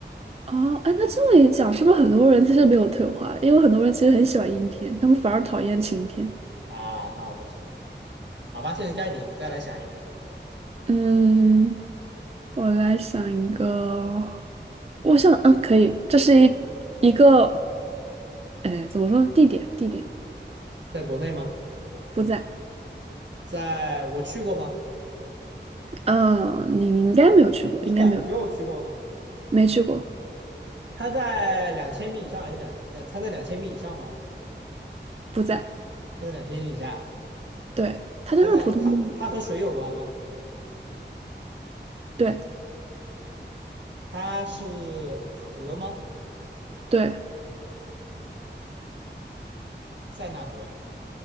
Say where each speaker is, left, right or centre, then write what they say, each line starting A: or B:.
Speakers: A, on the right (about 35°); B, on the right (about 70°).
A: 啊，哎，那这么一讲，是不是很多人其实没有退化？因为很多人其实很喜欢阴天，他们反而讨厌晴天。
B: 啊。那我不知道，好吧，现在该你，你再来想一个，
A: 嗯，我来想一个，我想，嗯，可以，这是一一个，哎，怎么说呢？地点，地点
B: 在国内吗？
A: 不在。
B: 在我去过吗？
A: 嗯，你应该没有去过，
B: 你感觉我去过吗？
A: 应该没有，没去过，
B: 它在两千米以上还是两？它在两千米以上吗？
A: 不在。
B: 它在两千米以下？
A: 对，它就是普通的，
B: 它在它它和水有关吗？
A: 对，
B: 它是河吗？
A: 对，
B: 塞纳河？